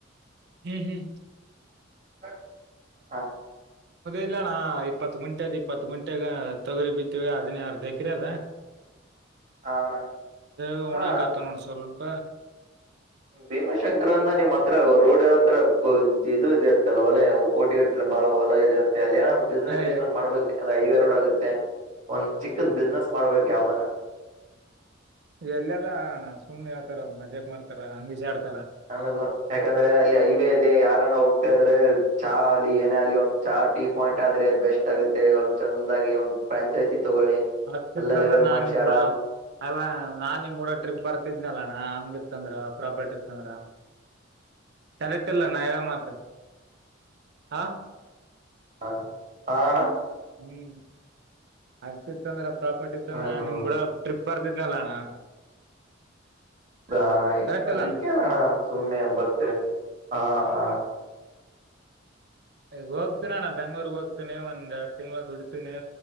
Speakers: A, on the right; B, on the right.
A: ಹ್ಮ್ ಹ್ಮ್
B: <unintelligible>
A: ಇಲ್ಲಣ್ಣ ಇಪ್ಪತ್ ಗುಂಟೆ ಅದ್ ಇಪ್ಪತ್ ಗುಂಟೆ ಆದೆ ತೊಗರಿ ಬಿತ್ತೀವಿ ಅದನ್ನೇ ಅರ್ಧ ಎಕರೆ ಅದೆ
B: ಹಾ ಅಣ್ಣ
A: ಅ
B: ಹಾ
A: ಒಣಕತ್ತವ ನೋಡ್ ಸ್ವಲ್ಪ
B: ಭೀಮಶಂಕರ್ ಅಂದ ನಿಮ್ ಹತ್ರ ರೋಡ್ ಹತ್ರ ಇದು ಇದೆ ಅಂತಲ್ಲ ಒಲೆ ಕೋಟಿಗಟ್ಲೆ ಬಾಳ ಹೊಲ ಇದೆ ಅಂತೆ ಅಲ್ಲಿ ಬಿಸ್ನೆಸ್
A: ಏ
B: ಇಸ್ಕೊಂಡ್ ಮಾಡ್ಬೇಕು ಅಲ್ಲಾ ಅಲ್ಲಿ ಹೈವೇ ರೋಡ್ ಆಗುತ್ತೆ. ಒಂದ್ ಚಿಕ್ಕದ್ ಬಿಸ್ನೆಸ್ ಮಾಡ್ಬೇಕ್ ಯಾವ್ದಾನ
A: ಎಲ್ಲದಣ್ಣ ಸುಮ್ನೆ ಹೇಳ್ತಾರಾ ಅವರ್ ಮಜಾಕ್ ಮಾಡ್ತಾರ <unintelligible>
B: ನನಗ ಯಾಕಂದ್ರೆ ಅಲ್ಲಿ ಹೈವೇ ಇದೆ ಯಾರನ್ನ ಹೋಗ್ತಾ ಇದ್ರೆ ಚಾ ಅಲಿ ಏನೆ ಅಲಿ ಅ ಚಾ ಟೀ ಪಾಯಿಂಟ್
A: ಹ್ಮ್
B: ಆದ್ರೆ ಅಲ್ಲಿ ಬೆಸ್ಟ್ ಆಗುತ್ತೆ ಒಂದ್ ಚಂದಾಗಿ ಒಂದು ಫ್ರಾಂಚೈಸಿ ತಗೊಳ್ಳಿ
A: ಅಷ್ಟತನೆಣ್ಣ
B: ಎಲ್ಲ ಲೆವೆಲ್
A: ಅಂದ್ರೆ ನಾನ್
B: ಮಾಡ್ಸಿ
A: ನಿಮ್
B: ಆರಾಮ್
A: ಕೂಡ ಅಲ್ಲ ನಾನ್ ನಿಮ್ ಕೂಡ ಟ್ರಿಪ್ ಬರ್ತಿದ್ನಲ್ಲಣ್ಣ ಇತಂದ್ರ ಪ್ರಾಪರ್ಟಿ ಇತಂದ್ರ ಕರೆಕ್ಟ್ ಅಲ್ಲ ನಾ ಹೇಳೋ ಮಾತ್ ಹಾ
B: ಹ ಅಣ್ಣ
A: ಹ್ಮ್ ಅಷ್ಟ ಇತ್ತಂದ್ರೆ ಪ್ರಾಪರ್ಟಿ ಇತ್ತಂದ್ರೆ
B: ಹ್ಮ್ ಹ್ಮ್
A: ನಿಂಗ್ ಕೂಡ ಟ್ರಿಪ್ ಪ್ ಬರ್ತೀದ್ ಅಲ್ಲ ಅಣ್ಣ
B: ಅಣ್ಣ
A: ಕರೆಕ್ಟ್ ಇಲ್ಲ
B: ಅದಕ್ಕೇನೇಣ್ಣ
A: ಅಣ್ಣ
B: ಸುಮ್ಮನೆ ಬರ್ತ ಹಾ ಹಾ
A: ಈಗ ಹೋಗ್ತೀನಿ ಅಣ್ಣ ಬೆಂಗಳೂರಿಗೆ ಹೋಗ್ತೀನಿ ಒಂದ ಎರಡ್ ತಿಂಗಳ ದುಡಿತ್ತೀನಿ.